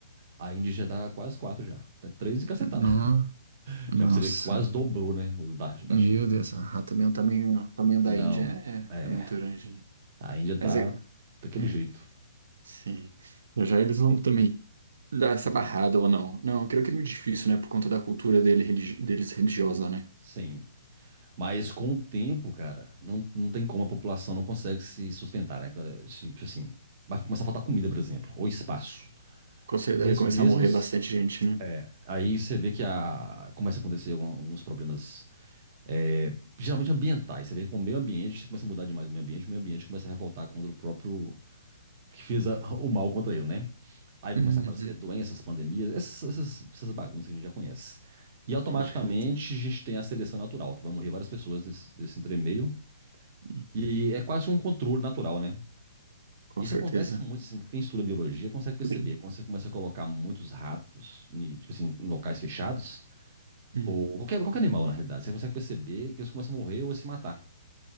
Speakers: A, on the right; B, on the right.
A: a Índia já tá quase 4 já. Tá 3 e cacetada.
B: No,
A: <laughs>
B: nossa.
A: Já pra você ver que quase dobrou, né, o da, da
B: Meu
A: China.
B: Deus, ah, também o tamanho, o tamanho
A: Não,
B: da Índia é, é
A: é,
B: é muito grande, né?
A: a Índia tá
B: Mas é,
A: daquele
B: é,
A: jeito.
B: sim. Já já eles vão também dar essa
A: Hum.
B: barrada ou não. Não, eu creio que é muito difícil, né? Por conta da cultura dele, religi- deles religiosa, né?
A: Sim. Mas com o tempo, cara, não, não tem como a população não consegue se sustentar, né? cara? Assim, tipo assim, vai começar a faltar comida, por exemplo, ou espaço.
B: Com certeza
A: Mesmo,
B: deve começar
A: mesmo
B: a morrer
A: s-
B: bastante gente, né?
A: aí você vê que a, começa a acontecer algum- alguns problemas, é, geralmente ambientais. Você vê que com o meio ambiente começa a mudar demais o meio ambiente, o meio ambiente começa a revoltar contra o próprio que fez a- o mal contra ele, né? Aí vai
B: Uhum.
A: começar a aparecer doenças, pandemias, essas, essas, essas bagunças que a gente já conhece. E automaticamente
B: Correto.
A: a gente tem a seleção natural, que vai morrer várias pessoas desse, desse entremeio.
B: Hum,
A: E é quase um controle natural, né?
B: Com
A: Isso
B: certeza.
A: acontece muito, assim, quem estuda biologia consegue perceber,
B: Sim.
A: quando você começa a colocar muitos ratos, e, tipo assim, em locais fechados,
B: Hum,
A: ou qualquer, qualquer animal, na realidade, você consegue perceber que eles começam a morrer ou a se matar.